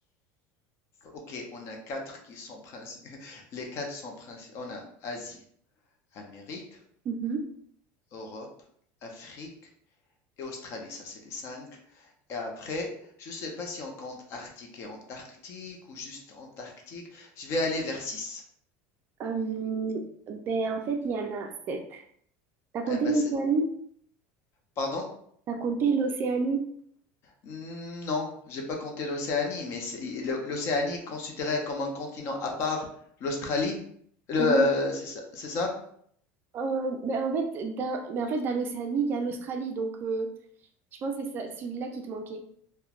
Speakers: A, on the left; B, on the right.
A: Ok, on a quatre qui sont princi- <laughs> Les quatre sont principaux. On a Asie, Amérique,
B: Mhm.
A: Europe, Afrique, et Australie, ça c'est les cinq. Et après, je ne sais pas si on compte Arctique et Antarctique ou juste Antarctique. Je vais aller vers 6.
B: Hum, ben en fait, il y en a sept. T'as compté
A: Eh ben,
B: l'Océanie?
A: c'est... Pardon?
B: raconter l'Océanie.
A: Hmm, Non, j'ai pas compté l'Océanie, mais c'est- l'O- l'Océanie est considérée comme un continent à part l'Australie. Le-
B: Oui.
A: C'est ça? c'est ça
B: Euh, ben en fait, dans, ben en fait, dans l'Océanie, il y a l'Australie, donc euh, je pense que c'est ça- celui-là qui te manquait.